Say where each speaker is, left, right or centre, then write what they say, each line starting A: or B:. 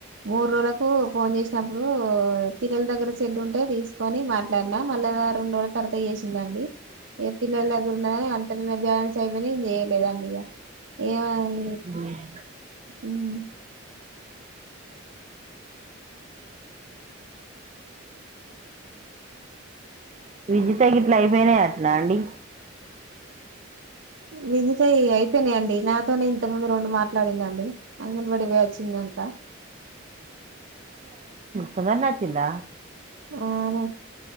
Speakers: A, on the right (about 70°); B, on the right (about 35°).
A: మూడు రోజులకు ఫోన్ చేసినప్పుడు పిల్లల దగ్గర సెల్లుంటే తీసుకొని మాట్ ట్లన్న మళ్ళా రెండు రోజుల తర్వత్ త చేసిందండి ఇగ పిల్లల దగ్గరున్నదనీ అంతలే నాకు బ్యాలెస్స్ అయి ఇంగ నీన్ చేయలేదండి ఇగ ఏమ్
B: అనే <inaudible>
A: ఉమ్
B: విజితయ్ గిట్ల అయిపోయినాయట్నా అండి
A: వినితయ్ ఇగ ఐ అయిపోయినాయండి నాతోనే ఇంత ముందు రెండు మాట్లాడిందండి అంగన్బడికి పోయెచ్చిందంట
B: తొందర్నె వచ్చిందా
A: ఆ న